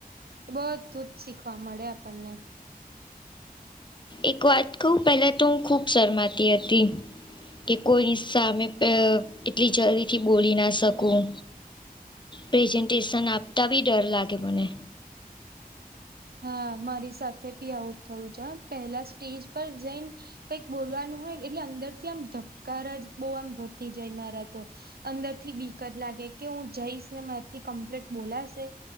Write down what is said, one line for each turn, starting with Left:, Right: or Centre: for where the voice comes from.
Right: બધું જ શીખવા મળે આપણને
Left: એક વાત કહું પહેલા તો હું ખુબ શરમાતી હતી કે કોઈની સામે એટલી જલ્દીથી બોલી ના શકું પ્રેઝન્ટેશન આપતા બી ડર લાગે મને
Right: હા મારી સાથે ભી આવટ થયું છે પેલા સ્ટેજ પર જઈન કઈક બોલવાનું હોયને એટલે અંદર થી આમ ધક્કાર જ બહુ આમ વધી જાય મારા તો અંદર થી બીકત લાગે કે હું જઈશને મારીથી કમ્પ્લીટ બોલાશે.